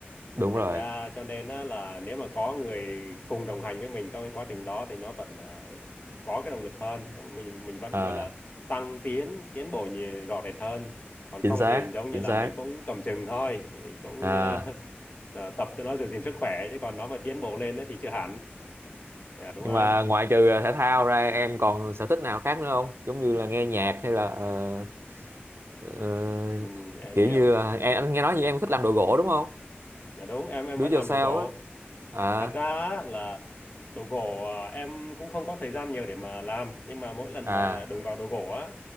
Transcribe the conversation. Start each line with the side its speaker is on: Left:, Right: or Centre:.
Right: đúng
Left: thành
Right: rồi
Left: ra cho nên á, là nếu mà có người cùng đồng hành với mình trong cái quá trình đó thì nó vẫn à, có cái động lực hơn Nó- mình mình vẫn
Right: ờ
Left: gọi là tăng tiến tiến bộ nhiều, rõ rệt hơn còn
Right: chính
Left: không
Right: xác
Left: thì mình giống như
Right: chính
Left: là
Right: xác
Left: mình cũng cầm chừng thôi mình cũng
Right: Ờ
Left: ờ, <laughs> ờ, tập cho nó giữ gìn sức khỏe chứ còn nó mà tiến bộ lên á thì chưa hẳn Dạ, đúng
Right: nhưng
Left: không
Right: mà
Left: anh
Right: ngoại trừ ờ, thể thao ra em còn sở thích nào khác nữa không giống như là nghe nhạc hay là ờ, ờ,
Left: ừ, em
Right: kiểu
Left: hiểu
Right: như là em anh nghe nói như em thích làm đồ gỗ đúng không
Left: dạ đúng em em
Right: do
Left: vẫn
Right: yourself
Left: làm đồ gỗ
Right: á
Left: thật ra
Right: à
Left: á, là đồ gỗ à, em cũng không có thời gian nhiều để mà làm nhưng mà mỗi lần
Right: à
Left: mà đụng vào đồ gỗ á